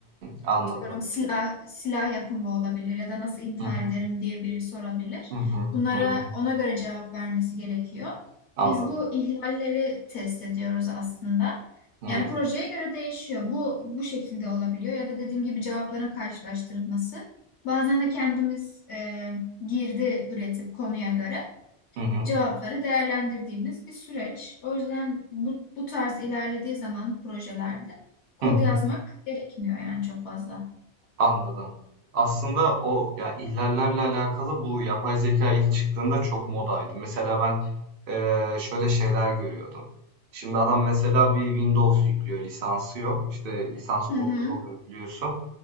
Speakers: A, on the right; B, on the left.
A: anladım.
B: atıyorum silah silah yapımı olabilir ya da nasıl intihar
A: Hı
B: ederim diye biri sorabilir.
A: hı hı
B: Bunlara
A: hı hı.
B: ona göre cevap vermesi gerekiyor.
A: Anladım.
B: Biz bu ihlalleri test ediyoruz aslında.
A: Hı hı
B: Yani projeye göre değişiyor. Bu bu şekilde olabiliyor ya da dediğim gibi cevapların karşılaştırılması. Bazen de kendimiz e, girdi üretip konuya göre
A: hı hı.
B: cevapları değerlendirdiğimiz bir süreç. O yüzden bu, bu tarz ilerlediği zaman projelerde kod
A: hı. hı.
B: yazmak gerekmiyor yani çok fazla.
A: Anladım. Aslında o ya ihlallerle alakalı bu yapay zeka ilk çıktığında çok modaydı. Mesela ben eee, şöyle şeyler görüyordum. Şimdi adam mesela bir Windows yüklüyor, lisansı yok. İşte lisans kodları
B: Hı hı.
A: oluyor biliyorsun.